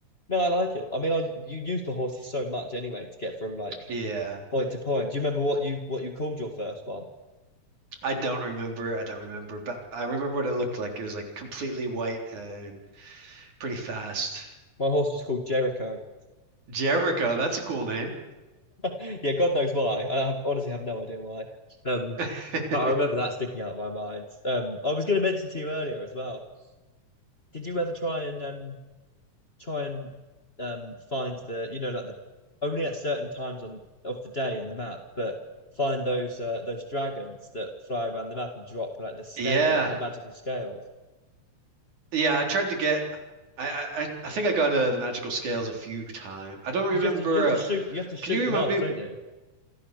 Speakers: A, on the left (about 20°); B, on the right (about 75°).
A: No, I like it. I mean, I you use the horses so much anyway to get from like
B: Yeah.
A: point to point. Do you remember what you what you called your first one?
B: I don't remember. I don't remember, but I remember what it looked like. It was like completely white and pretty fast.
A: My horse was called Jericho. <laughs>
B: Jericho, that's a cool name.
A: Yeah, God knows why. I have, honestly have no idea why. Um,
B: <laughs>
A: but I remember that sticking out of my mind. Um, I was going to mention to you earlier as well. Did you ever try and um try and um find the you know like the only at certain times on of the day in the map, but find those uh those dragons that fly around the map and drop like the scale,
B: Yeah.
A: like the magical scales?
B: Yeah, I tried to get I I, I think I got uh, the magical scales a few times. I don't remember
A: Because you have to you have to
B: uh,
A: shoot you have to shoot
B: can you
A: them
B: remind
A: off,
B: me
A: don't you?